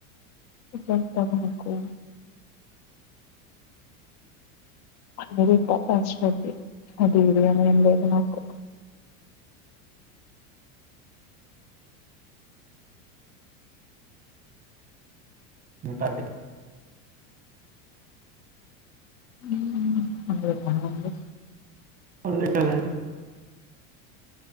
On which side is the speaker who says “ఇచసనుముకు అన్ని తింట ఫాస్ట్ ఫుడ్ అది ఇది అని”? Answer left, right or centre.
Left